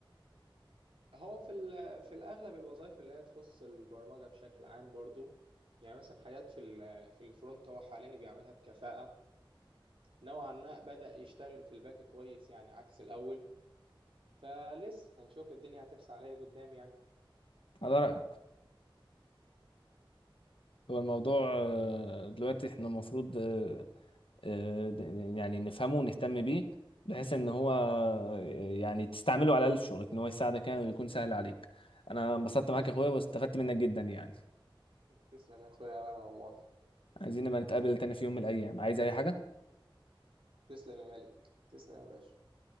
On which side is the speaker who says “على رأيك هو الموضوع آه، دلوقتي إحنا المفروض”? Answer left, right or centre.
Left